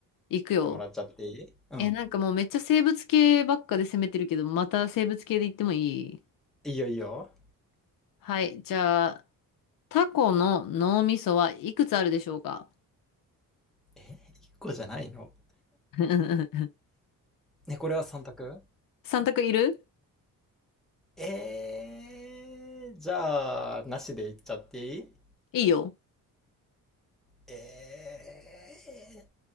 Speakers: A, on the left (about 70°); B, in the centre.
A: 行くよ。
B: てもらっちゃっていいうん。
A: え、なんかもうめっちゃ生物系ばっかで攻めてるけど、また生物系で行ってもいい
B: いいよいいよ。
A: はい、じゃあ、タコの脳みそはいくつあるでしょうか
B: えー、1個じゃないの
A: <laughs>
B: ね、これは3択
A: 三択いる
B: えー、じゃあ、なしでいっちゃっていい
A: いいよ。
B: え